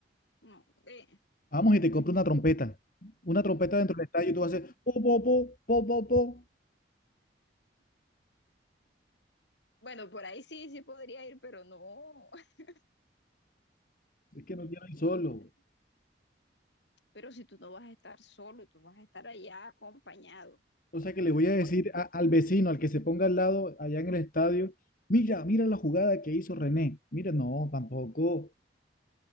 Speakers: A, on the left (about 85°); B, on the left (about 50°).
A: No, eh.
B: Vamos y te compro una trompeta. Una trompeta dentro del estadio y tú vas a hacer po, po, po, po, po, po.
A: Bueno, por ahí sí, sí podría ir, pero no. <laughs>
B: Es que no quiero ir
A: No,
B: solo.
A: Pero si tú no vas a estar solo, tú vas a estar allá acompañado.
B: O sea que le voy a
A: ¿Cuándo,
B: decir a- al vecino, al que se ponga al lado allá en el estadio, mira, mira la jugada que hizo René. Mira, no, tampoco.